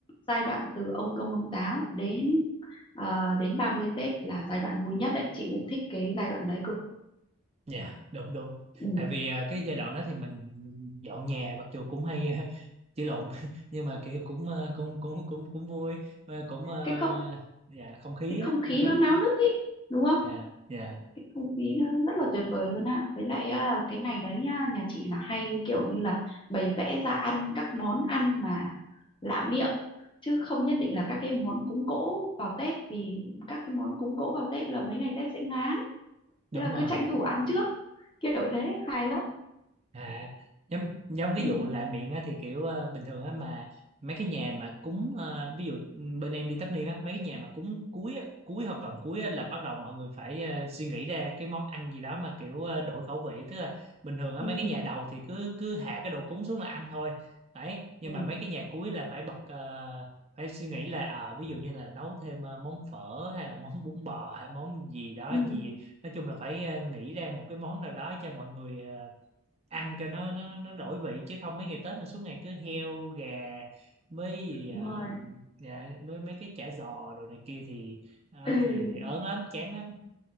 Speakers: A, on the left; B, on the right.
A: giai đoạn từ ông công ông táo đến ờ, đến 30 Tết là giai đoạn vui nhất đấy chị cũng thích cái giai đoạn đấy cực
B: Dạ đúng đúng
A: ừ.
B: tại vì à, cái giai đoạn đó thì mình dọn nhà mặc dù cũng hay <laughs> à, chửi lộn <laughs> nhưng mà kiểu cũng à, cũng cũng cũng cũng vui Và cũng à,
A: cái không
B: dạ không khí
A: cái không
B: á
A: khí
B: nó có
A: nó náo nức ấy đúng không
B: dạ dạ
A: cái không khí nó rất là tuyệt vời luôn ạ với lại à, cái ngày đấy à, nhà chị là hay kiểu như là bày vẽ ra ăn các món ăn mà lạ miệng chứ không nhất định là các cái món cúng cỗ vào Tết vì các cái món cúng cỗ vào Tết là mấy ngày Tết sẽ ngán
B: đúng
A: thế là
B: rồi
A: cứ tranh thủ ăn trước kiểu thế hay lắm
B: À, giống giống cái
A: ừ
B: vụ lạ miệng á thì kiểu ờ, bình thường á mà mấy cái nhà mà cúng ờ, ví dụ ừ, bên em đi tất niên á mấy cái nhà mà cúng cuối á, cuối hoặc gần cuối á, là bắt đầu mọi người phải ờ, suy nghĩ ra cái món ăn gì đó mà kiểu ờ, đổi khẩu vị tức là bình thường á
A: ừ
B: mấy cái nhà đầu thì cứ cứ hạ cái đồ cúng xuống là ăn thôi đấy nhưng
A: ừ,
B: mà mấy cái nhà cuối là phải bật ờ, phải suy nghĩ là ờ, ví dụ như là nấu thêm ờ, món phở hay là món bún bò hay món gì đó
A: ừ.
B: gì nói chung là phải ờ, nghĩ ra một cái món nào đó cho mọi người ờ, ăn cho nó nó nó đổi vị chứ không mấy ngày Tết mà suốt ngày cứ heo gà với gì
A: đúng
B: à,
A: rồi
B: dạ, với mấy cái chả giò đồ này kia thì đó,
A: ừ.
B: thì, thì ớn lắm chán lắm